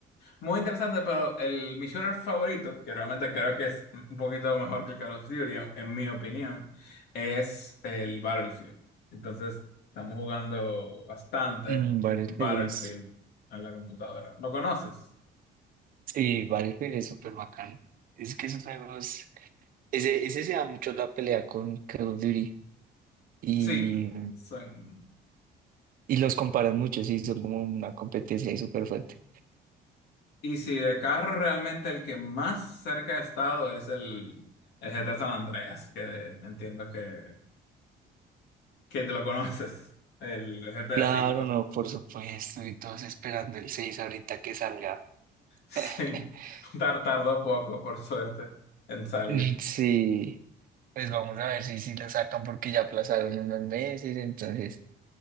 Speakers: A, on the left (about 65°); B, on the right (about 50°).
A: muy interesante, pero el, mi shooter favorito, que realmente creo que es un poquito mejor que el Call of Duty, en mi opinión, es el Battlefield. Entonces, estamos jugando bastante
B: Mm, Battlefield
A: Battlefield
B: es,
A: en la computadora. ¿Lo conoces?
B: sí, Battlefield es súper bacán. Es que esos juegos, ese, ese se da mucho la pelea con Call of Duty. y,
A: Sí. <laughs> Son-
B: y los comparan mucho, sí, son como una competencia ahí súper fuerte.
A: Y si de carro realmente el que más cerca he estado es el, el GTA San Andreas, que entiendo que, que te lo conoces, el GTA
B: Claro,
A: V.
B: no, por supuesto, y todos esperando el 6 ahorita que salga.
A: <laughs> Sí,
B: <laughs>
A: tar- tardó poco, por suerte, en salir.
B: Mm, Sí, pues vamos a ver si, si lo sacan porque ya aplazaron unos meses, entonces